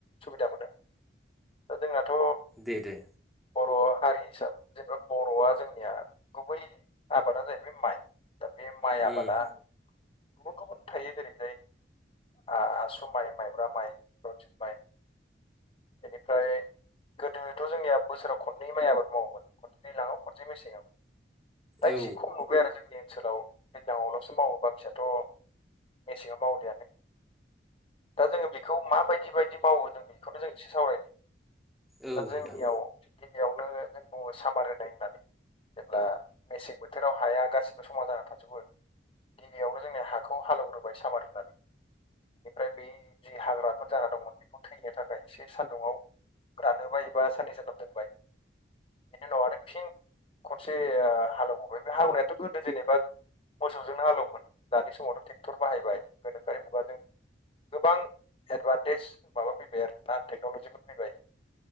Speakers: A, on the left; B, in the centre.
A: सुबिदा मोनो ओ जोङाथ'
B: दे दे
A: बर' हारि हिसाबै जेनेबा बर'आ जोंनिया गुबै आबादा जाहैबाय माइ दा बे माइ आबादा
B: उम
A: गुबुन-गुबुन थायो जेरैहाय आ-आसु माइ माइब्रा माइ रन्जित माइ बेनिफ्राय गोदोथ' जोंनिया बोसोराव खननै माइ आबाद मावोमोन खनसे दैलाङाव खनसे मेसेंआव दा
B: औ
A: एसे खम नुबाय आरो जोंनि ओनसोलाव दैलाङावल'सो मावो बाखियाथ' मेसेङाव मावदियानो दा जोङो बेखौ माबायदि बायदि मावो जों बेखौनो जों एसे सावरायनि
B: औ
A: दा जोंनियावि
B: नोंथां
A: गिबियावनो जों बुङो सामार होनाय होननानै। जेब्ला मेसें बोथोराव हाया गासिबो समाव जाना थाग थबो गिबियावनो जोंनि हाखौ हालेवग्रोबाय सामार होननानै बेनिफ्राय बे जि हाग्राफोर जाना दंमोन बेखौ थैनो थाखाय एसे सान्दुंआव रानहोबाय एबा साननै सानथाम दोनबाय बेनि उनाव आरो फिन खनसे हालेवबोबाय बे हालवनायाथ' गोदो जेनेबा मोसौजोंनो हालेवोमोन दानि समावथ' ट्रेक्टर बाहायबाय गोनोखोआरि मुगाजों गोबां एडभान्टेज माबा फैबाय आरोना टेक्न'लजिबो फैबाय